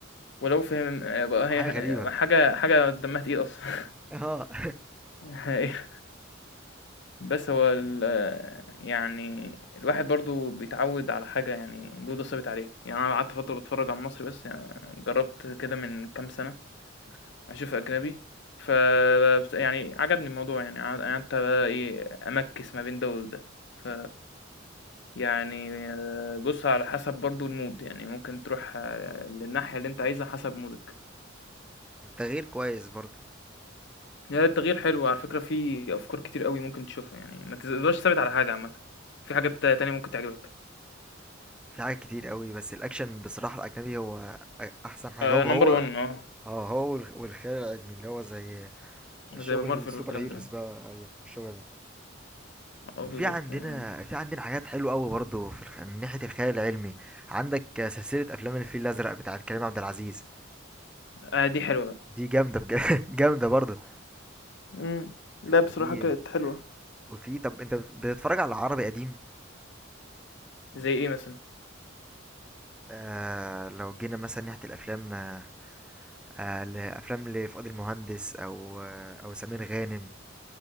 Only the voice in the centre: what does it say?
<laughs> حاجة
غريبة
اه <laughs>
التغيير كويس برضه
في حاجات كتير قوي بس الأكشن بصراحة الأجنبي هو أ- أحسن حاجة
هو هو
اه هو والخ- والخيال العلمي اللي هو زي الشغل
السوبر
هيروز
بقى ايوه الشغل ده
وفي عندنا
في عندنا حاجات حلوه قوي برضه في الخ... من ناحيه الخيال العلمي عندك سلسله افلام الفيل الازرق بتاعت كريم عبد العزيز
دي جامده بجد <laughs> جامده برضه
وفي
وفي طب انت بتتفرج على عربي قديم
آه لو جينا مثلا ناحيه الافلام آه آه، لافلام لفؤاد المهندس او آه او سمير غانم